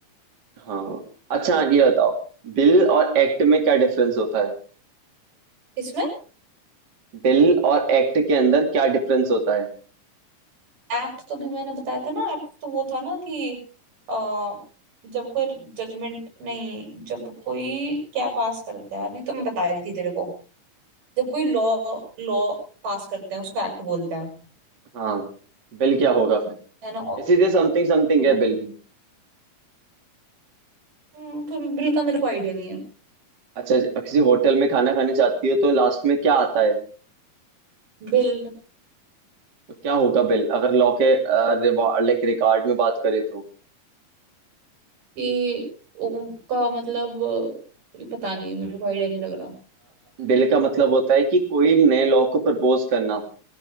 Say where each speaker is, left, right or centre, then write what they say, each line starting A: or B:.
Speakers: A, on the right; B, on the right.
A: हाँ अच्छा हाँ, ये बताओ बिल और एक्ट में क्या डिफरेंस होता है
B: इसमें
A: बिल और एक्ट के अंदर क्या डिफरेंस होता है
B: एक्ट तो भी मैंने बताया था ना एक्ट तो वो था ना कि आ, जब कोई जजमेंट नहीं जब कोई क्या पास करता है अभी तो मैं बता रही थी तेरे को जब कोई लॉ लॉ पास करते हैं उसको एक्ट बोलते हैं
A: हाँ बिल क्या होगा फिर
B: है ना और
A: इसी तरह समथिंग समथिंग
B: amendment।
A: है बिल भी
B: हम्म, फिर बिल का मेरे को आइडिया नहीं है
A: अच्छा किसी होटल में खाना खाने जाती है तो लास्ट में क्या आता है
B: बिल
A: तो क्या होगा बिल अगर लॉ के लाइक रिकॉर्ड में बात करें तो
B: कि उनका मतलब ये पता नहीं मेरे को आइडिया नहीं लग रहा
A: बिल का मतलब होता है कि कोई नए लॉ को प्रपोज करना